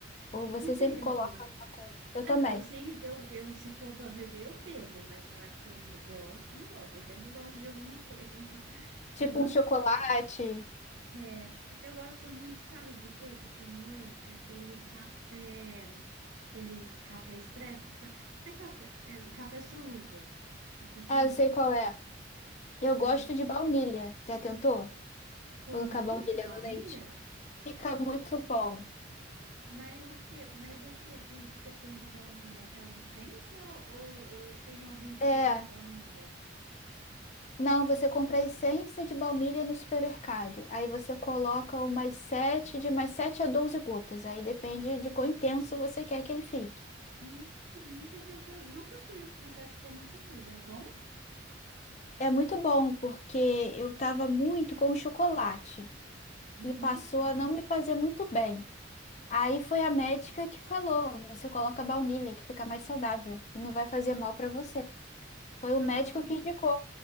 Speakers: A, on the left (about 40°); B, on the right (about 70°).
A: Ou você
B: Consigo.
A: sempre coloca alguma coisa? Eu
B: Ah,
A: também.
B: não, eu sei, eu, eu se for para beber, eu bebo, mas falar que eu não gosto, eu não gosto. Eu sempre gosto de alguma coisa. <laughs>
A: Tipo
B: Eu gosto
A: um chocolate.
B: É, eu gosto muito, sabe de quê? De pôr no leite, aquele café, aquele café expresso, sa- não é café, é, café solúvel, café solúvel.
A: Ah, eu sei qual é. Eu gosto
B: ai eu
A: de baunilha. Já tentou?
B: pôr
A: Colocar
B: no
A: baunilha
B: leite, baunilha?
A: no leite. Fica muito bom.
B: Mas o que, mas o que que você põe de baunilha? Aquela essência ou, ou tem algum
A: É,
B: pó de baunilha?
A: Não, você compra a essência de baunilha no supermercado. Aí você coloca umas 7, de mais 7 a 12 gotas. Aí depende de quão intenso você quer que ele fique.
B: Hum, Nunca tinha, pe- nunca fiz, confesso que eu nunca fiz. É bom?
A: É muito bom, porque eu estava muito com o chocolate
B: Uhum.
A: e passou a não me fazer muito bem. Aí foi a médica que falou: você coloca baunilha, que fica mais saudável e não vai fazer mal para você. Foi o
B: Ah,
A: médico que indicou,